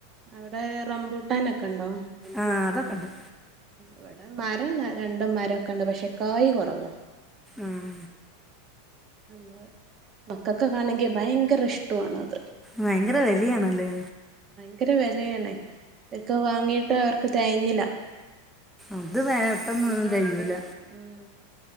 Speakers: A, on the right (about 35°); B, in the centre.
A: അവിടെ റബൂട്ടാനൊക്കെണ്ടോ
B: ആഹ് അതൊക്കെ ഉണ്ട്
A: ഇവിടെ മരം രണ്ടും മരംക്കെ ഉണ്ട് പക്ഷേ കായി കൊറവ
B: ഉം
A: നമ്മള് മക്കക്കൊക്കെ ആണെങ്കിൽ ഭയങ്കര ഇഷ്ടണത്
B: ഭയങ്കര വെലയണല്ലേ
A: ഭയങ്കര വിലയണേ ഇക്ക വാങ്ങിട്ട് അവർക്ക് തേകഞ്ഞില്ല
B: അത് വേട്ടന്നൊന്നും തെയില്ല
A: ഉം